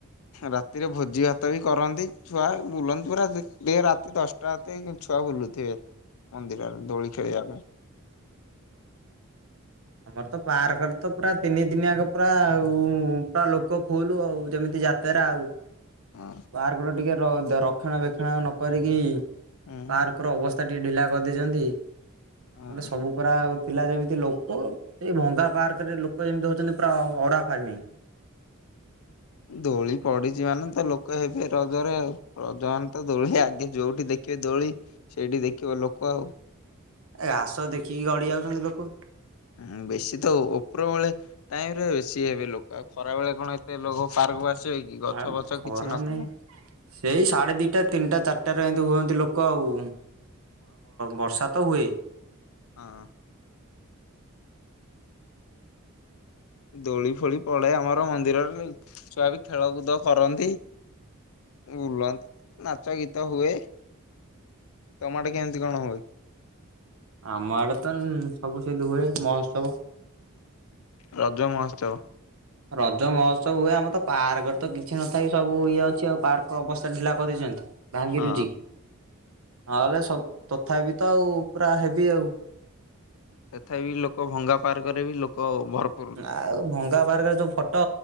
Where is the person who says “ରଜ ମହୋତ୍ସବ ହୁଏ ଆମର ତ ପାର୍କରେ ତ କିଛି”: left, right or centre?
Right